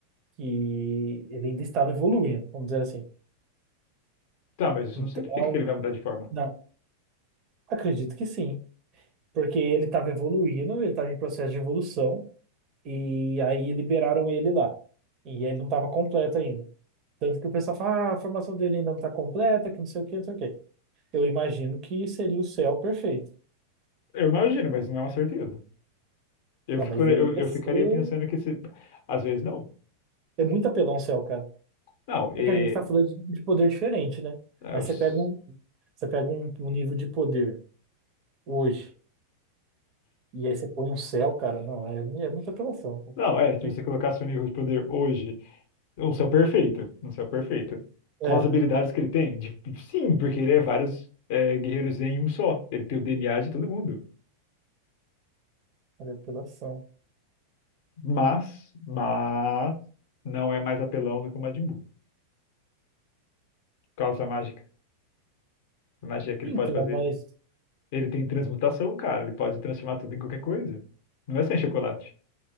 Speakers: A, on the right; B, on the left.
A: que ele ainda estava evoluindo, vamos dizer assim.
B: Tá, mas isso
A: Então,
B: não significa que ele vai mudar de forma.
A: não, acredito que sim. Porque ele estava evoluindo, ele estava em processo de evolução. E aí liberaram ele lá. E ele não estava completo ainda. Tanto que o pessoal fala, ah, a formação dele ainda não está completa, que não sei o que, não sei o que. Eu imagino que seria o céu perfeito.
B: Eu imagino, mas não é uma certeza. Eu,
A: Não,
B: fico,
A: mas
B: eu,
A: aí
B: eu
A: ia ser.
B: ficaria pensando que se. Às vezes não.
A: É muito apelão o céu, cara.
B: Não, e,
A: É que a gente tá falando de de poder diferente, né?
B: é,
A: Mas
B: os-
A: você pega um, você pega um, um nível de poder hoje, e aí você põe um céu, cara. Não, é, é muita apelação. pô.
B: não, é, se
A: Tem-
B: você colocar seu nível de poder hoje, um céu perfeito, um céu perfeito,
A: É,
B: com as habilidades que ele tem, de- sim, porque ele é vários é, guerreiros em um só. Ele tem o DNA de todo mundo.
A: era apelação.
B: Mas, mas, não é mais apelão do que o Majin Buu, por causa da mágica. A magia que
A: Então,
B: ele pode fazer.
A: mas.
B: Ele tem transmutação, cara. Ele pode transformar tudo em qualquer coisa. Não é sem chocolate.